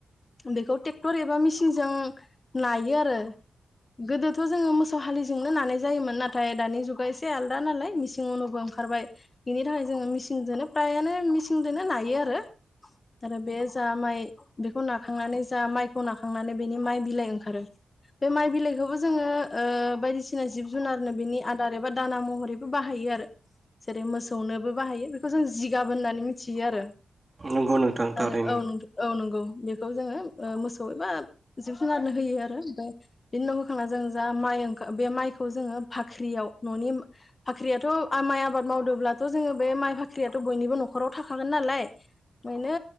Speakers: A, on the left; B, on the right.
A: बेखौ ट्रेक्टर एबा मिसिनजों नायो यो आरो गोदोथ' जोङो मोसौ हालिजोंनो नानाय जायोमोन नाथाय दानि जुगा एसे आलदा नालाय मिसिं उनावबो ओंखारबाय बिनि थाखाय जोङो मिसिनजोंनो फ्रायानो मिसिंजों नायो आरो आरो बे जा माइ बेखौ ना नाखांनानै जा माइखौ नाखांनानै बेनि माइ बिलाइ ओंखारो बे माइ बिलाइखौबो जोङो बायदिसिना जिब जुनारनो बेनि आदार एबा दाना महरैबो बाहायो आरो जेरै मोसौनोबो बाहायो बेखौ जों जिगाब होननानै मिथियो आरो
B: नंगौ नोंथां थारैनो
A: ओ औ औ नंगौ बे खौ जोङो मोसौ एबा जिब जुनारनो हो आरो फ्राय बिनि उनाव होखांना जों मं माइखौ जोङ फाख्रियावाखथ' माइ आबाद मावदोंब्लाथ जो बे माइ फाख्रिथ' बयनिबो न'खराव थाखागोन नालाय ओायनो